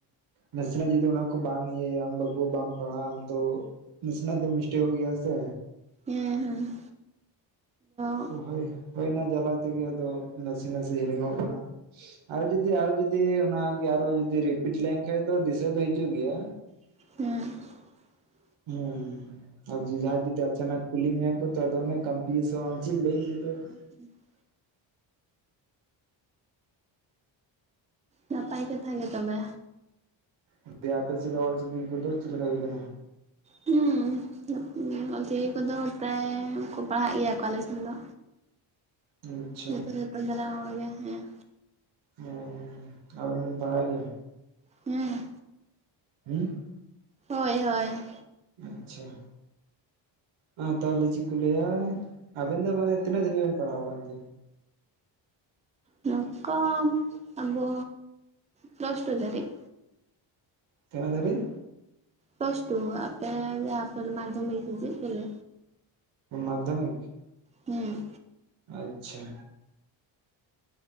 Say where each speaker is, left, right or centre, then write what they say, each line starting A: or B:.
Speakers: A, on the right; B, on the right.
A: ᱱᱟᱥᱮᱱᱟᱜ ᱡᱩᱫᱤ ᱚᱱᱟ ᱠᱚ ᱵᱟᱝ ᱤᱭᱟᱹᱭᱟᱢ ᱵᱟᱵᱩ ᱵᱟᱢ ᱯᱟᱲᱦᱟᱜᱼᱟ ᱟᱢ ᱛᱚ ᱱᱟᱥᱮᱱᱟᱜ ᱫᱚ ᱢᱤᱥᱴᱮᱠᱚᱜ ᱜᱮᱭᱟ ᱥᱮ
B: ᱦᱮᱸ ᱦᱮᱸ <unintelligible>
A: ᱛᱚ ᱦᱳᱭ ᱦᱳᱭ ᱚᱱᱟ ᱡᱟᱞᱟ ᱛᱮᱜᱮ ᱟᱫᱚ ᱱᱟᱥᱮ ᱱᱟᱥᱮ ᱦᱤᱲᱤᱧᱚᱜ ᱠᱟᱱᱟ ᱟᱨ ᱡᱩᱫᱤ ᱟᱨᱨ ᱡᱚᱫᱤ ᱚᱱᱟᱜᱮ ᱟᱨᱚ ᱡᱩᱫᱤ ᱨᱤᱯᱤᱴ ᱞᱮᱱᱠᱷᱟᱱ ᱫᱚ ᱫᱤᱥᱟᱹ ᱫᱚ ᱦᱤᱡᱩᱜ ᱜᱮᱭᱟ
B: <unintelligible>
A: ᱦᱮᱸ <unintelligible> ᱟᱨ ᱡᱩᱫᱤ ᱡᱟᱦᱟᱸᱭ ᱡᱩᱫᱤ ᱟᱪᱟᱱᱟᱠ ᱠᱩᱞᱤ ᱢᱮᱭᱟᱠᱚ ᱛᱚ ᱟᱫᱚ ᱚᱱᱮ <unintelligible> <unintelligible> ᱞᱟᱹᱭ <unintelligible>
B: <inaudible> ᱱᱟᱯᱟᱭ ᱠᱟᱛᱷᱟ ᱜᱤ ᱛᱚᱵᱮ
A: ᱚᱱᱛᱮ ᱟᱯᱮ ᱥᱮᱫ ᱫᱚ ᱚᱞ ᱪᱤᱠᱤ ᱠᱚᱫᱚ ᱪᱮᱜ ᱞᱮᱠᱟ ᱦᱩᱭᱩᱜ ᱠᱟᱱᱟ
B: ᱦᱩᱸ ᱚᱞ ᱪᱤᱠᱤ ᱠᱚᱫᱚ ᱯᱨᱟᱭ ᱠᱚ ᱯᱟᱲᱦᱟᱜ ᱜᱮᱭᱟ ᱠᱚ ᱟᱞᱮ ᱥᱮᱫ ᱫᱚ
A: ᱢᱩᱸᱪᱮᱜ
B: ᱛᱟᱯᱚᱨᱮ ᱯᱟᱸᱫᱨᱟ ᱦᱚᱲ ᱜᱮ ᱦᱮᱸ
A: ᱦᱮᱸ ᱦᱮᱸ ᱟᱵᱮᱱ ᱵᱮᱱ ᱯᱟᱲᱦᱟᱜ ᱜᱮᱭᱟ
B: ᱦᱮᱸ
A: ᱦᱩᱸ <unintelligible>
B: ᱦᱳᱭ ᱦᱳᱭ
A: ᱟᱪᱪᱷᱟ ᱢᱟ ᱛᱟᱦᱚᱞᱮ ᱪᱮᱫ ᱠᱚ ᱞᱟᱹᱭᱟ ᱟᱵᱮᱱ ᱫᱚ ᱢᱟᱱᱮ ᱛᱤᱱᱟᱹᱜ ᱫᱷᱟᱵᱤᱡ ᱵᱮᱱ ᱯᱟᱲᱦᱟᱣᱟ ᱠᱟᱱ ᱛᱮ
B: ᱱᱚᱝᱠᱟ ᱟᱵᱚ ᱯᱟᱞᱟᱥᱴᱩ ᱫᱟᱹᱵᱤᱡ
A: ᱛᱮᱱᱟᱜ ᱫᱷᱟᱨᱤᱡ
B: ᱯᱟᱞᱟᱥᱴᱩ ᱫᱷᱟᱵᱤᱡ ᱟᱯᱮ ᱡᱟᱦᱟᱸᱯᱮ ᱢᱟᱫᱽᱫᱷᱚᱢᱤᱠ <unintelligible> ᱵᱚᱞᱮ
A: ᱢᱟᱫᱽᱫᱷᱚᱢᱤᱠ
B: ᱦᱮᱸ
A: ᱟᱪᱪᱷᱟ